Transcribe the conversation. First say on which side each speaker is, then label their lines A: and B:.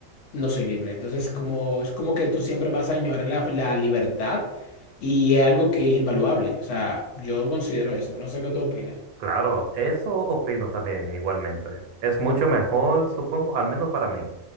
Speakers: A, on the left; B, on the right.
A: no soy libre. Entonces, como, es como que tú siempre vas a añorar la, la libertad y es algo que es invaluable. O sea, yo considero eso. No sé qué tú opinas.
B: Claro, eso opino también igualmente. Es mucho mejor, supongo, al menos para mí,